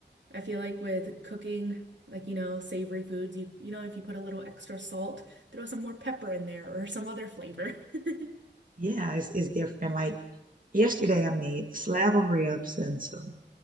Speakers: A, on the right (about 75°); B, on the right (about 45°).
A: I feel like with cooking, like you know, savory foods, you you know, if you put a little extra salt, throw some more pepper in there or some other flavor. <laughs>
B: yeah. It's it's different. Like yesterday, I made a slab of ribs and some